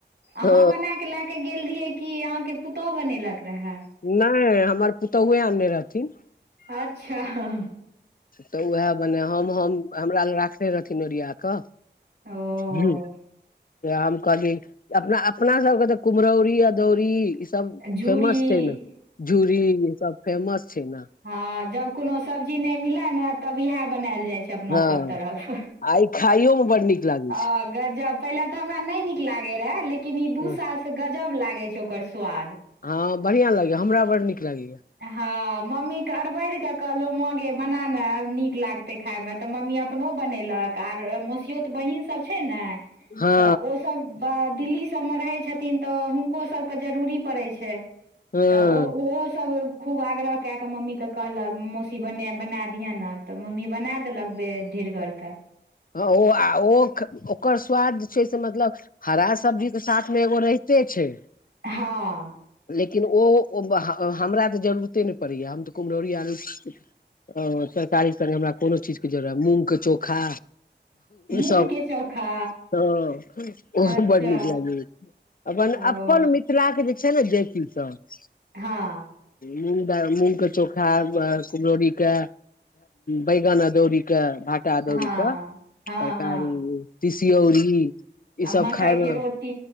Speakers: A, on the right; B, on the left.
A: अहाँ
B: हँ
A: बनाकऽ लेक गेल रहियै कि अहाँके पुतोहुक बनेलक रहए
B: नहि हमर पुतोए आनय रहथिन
A: अच्छा हँ
B: तऽ उएह बने हम हम हमरा लग राखनेे रहथिन ओरिया कऽ
A: ओ
B: ह हम कहली अपना अपना सबके तऽ कुम्हरौरी अदौरी सब
A: झूरी
B: फेमस छै ने झूरी ई सब फेमस छै ने
A: ह जब कोनो सब्जी न मिले ने तब इएहे बनायल जाय छै अपना
B: हँ
A: सब तरफ
B: आ ई खाइयो मे बड नीक लागै
A: आ गजब पहिले तऽ हमरा नहि नीक लागे रहय लेकिन ई
B: छै
A: दू साल से गजब लागै छै ओकर स्वाद
B: हँ बढ़िया लागैए हमरा बड़ नीक लगैया
A: हँ मम्मीके अरबड़ कऽ कहलहुँ माँ गे बना ने नीक लागतै खायमे तऽ मम्मी अपनो बनेलक आर मसियोत बहीनसभ छै ने
B: हँ
A: तऽ ओसभ ब दिल्ली सभमे रहै छथिन तऽ हुनको सभके जरूरी पड़ै छै
B: हँ
A: तऽ ओ सब खूब आग्रह कए कऽ मम्मी केँ कहलक मौसी ब बना दिहे ने तऽ मम्मी बना देलक ढीर घरके
B: ह ओ आ ओ ओकर स्वाद जे छै से मतलब हरा सब्जीके साथ मे एगो रहिते छै
A: हँ
B: लेकिन ओ ह हम हमरा तऽ जरूरते नहि पड़ैए हम तऽ कुम्हरौरी आलू ओ तरकारी स हमरा कोनो चीजके जरूरत मूँगके चोखा
A: मूंग
B: सब
A: के चोखा
B: ह ओहो
A: अच्छा
B: बड नीक लाग अपन
A: ओ
B: अपन मिथिलाके जे छै ने जाैटीसभ
A: हँ
B: मुंग मुंग के चोखा कुमरौरी के बैगन दौरी क कटा
A: हँ
B: दौरी के
A: हँ
B: तरकारी
A: हँ
B: तिसियौरी ई
A: आ मकई
B: सब खायमे
A: के रोटी